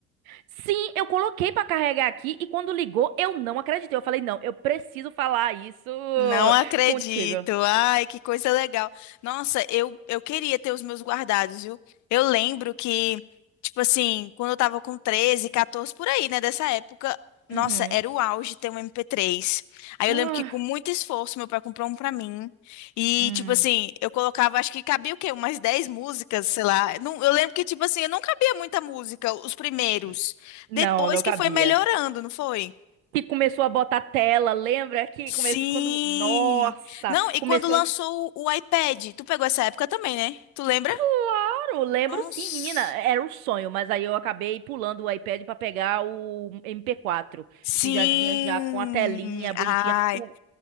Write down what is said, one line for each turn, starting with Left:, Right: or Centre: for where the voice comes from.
Right: Sim, eu coloquei pra carregar aqui e quando ligou, eu não acreditei. Eu falei, não, eu preciso falar isso
Left: Não acredito.
Right: contigo.
Left: Ai, que coisa legal. Nossa, eu, eu queria ter os meus guardados, viu? Eu lembro que, tipo assim, quando eu tava com 13, 14, por aí, né, dessa época, nossa,
Right: Uhum.
Left: era o auge ter um MP3. Aí
Right: Ah,
Left: eu lembro que com muito esforço meu pai comprou um pra mim. E,
Right: hum.
Left: tipo assim, eu colocava, acho que cabia o quê? Umas 10 músicas, sei lá. Não, eu lembro que, tipo assim, eu não cabia muita música, os primeiros.
Right: n- Não,
Left: Depois
Right: não
Left: que
Right: cabia.
Left: foi melhorando, não foi?
Right: Que começou a botar tela, lembra que
Left: Sim!
Right: começou quando, nossa,
Left: Não, e
Right: começou
Left: quando lançou o, o iPad, tu pegou essa época também, né? Tu lembra?
Right: Claro, lembro
Left: Nossa!
Right: sim, menina, era um sonho, mas aí eu acabei pulando o iPad pra pegar o MP4,
Left: Sim!
Right: que já vinha já com a telinha bonitinha.
Left: Ai!
Right: O,